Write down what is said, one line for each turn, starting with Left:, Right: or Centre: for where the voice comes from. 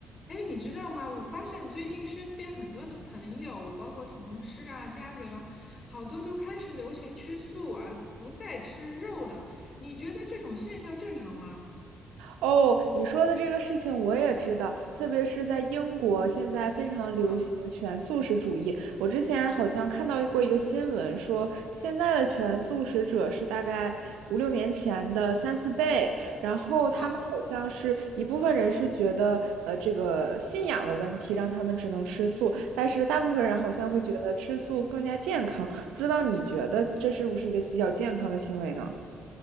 Left: 哎，你知道吗？我发现最近身边很多的朋友，包括同事啊、家人啊，好多都开始流行吃素，而不再吃肉了。你觉得这种现象正常吗？
Right: 哦，你说的这个事情我也知道，特别是在英国，现在非常流行全素食主义。
Left: 嗯，
Right: 我之前好像看到过一个新闻，说现在的全素食者是大概五六年前的三四倍，然后他们好像是一部分人是觉得，
Left: 嗯
Right: 呃，这个信仰的问题让他们只能吃素，但是大部分人好像会觉得吃素更加健康。不知道你觉得这是不是一个比较健康的行为呢？